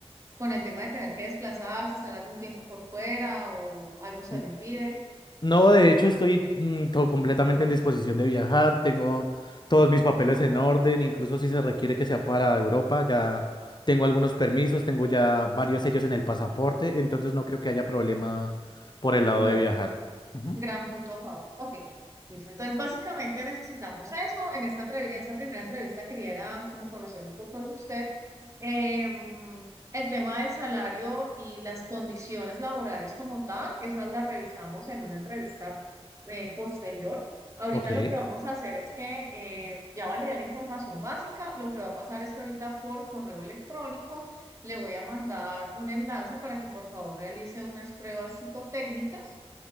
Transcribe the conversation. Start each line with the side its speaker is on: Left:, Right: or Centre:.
Right: con el tema de tener que desplazarse, estar algún tiempo por fuera o algo se
Left: N-
Right: le impide?
Left: No, de hecho, estoy mm, to- completamente en disposición de viajar. Tengo todos mis papeles en orden, incluso si se requiere que sea para Europa. Ya tengo algunos permisos, tengo ya varios sellos en el pasaporte, entonces no creo que haya problema por el lado
Right: Bueno.
Left: de viajar. Ujú.
Right: Gran punto a favor. Ok, listo. Entonces, básicamente necesitamos eso. En esta, entrev- en esa primera entrevista quería era como conocer un poco de usted. Eh, el tema del salario y las condiciones laborales como tal, esas las revisamos en una entrevista eh, posterior. Ahorita
Left: Ok,
Right: lo que vamos a hacer es que eh, ya validé la información básica. Lo que va a pasar es que ahorita por correo electrónico le voy a mandar un enlace para que por favor realice unas pruebas psicotécnicas